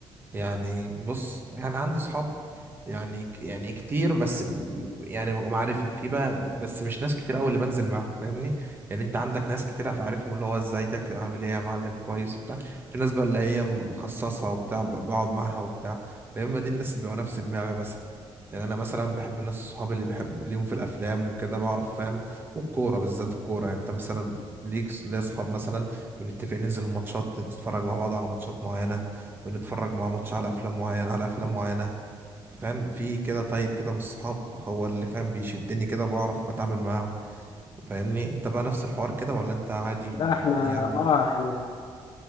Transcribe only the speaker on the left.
لا
احنا
اه احنا